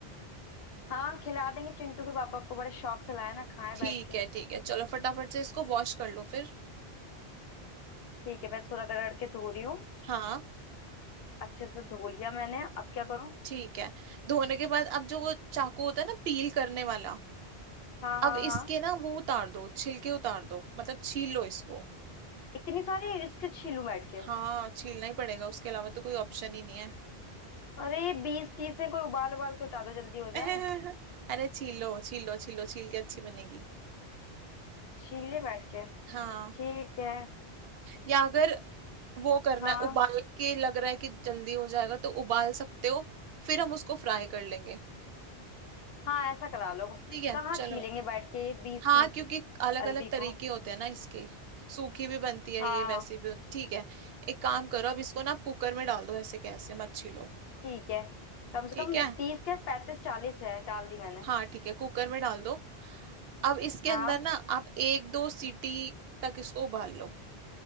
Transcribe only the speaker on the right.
ठीक
है ठीक है चलो फटाफट से इसको वॉश कर लो फिर
हाँ
ठीक है धोने के बाद अब जो वो चाकू होता है ना पील करने वाला
अब इसके
ना वो उतार दो छिलके उतार दो मतलब छील लो इसको
हाँ छीलना ही पड़ेगा उसके अलावा तो कोई ऑप्शन ही नहीं है
<laughs>
अरे छील लो छील लो छील लो छील के अच्छी बनेगी
हाँ
या अगर वो करना
है उबाल के लग रहा है कि जल्दी हो जाएगा तो उबाल सकते हो फिर हम उसको फ्राई कर लेंगे
ठीक है
चलो
हाँ
क्योंकि अलग
अलग तरीके
होते हैं ना इसके सूखी भी बनती है
ये वैसी भी होती- ठीक है एक काम करो अब इसको ना आप कुकर में डाल दो ऐसे कैसे मत छीलो
ठीक
है
हाँ ठीक है कुकर में डाल दो अब इसके
अंदर ना आप एक दो सीटी तक इसको उबाल लो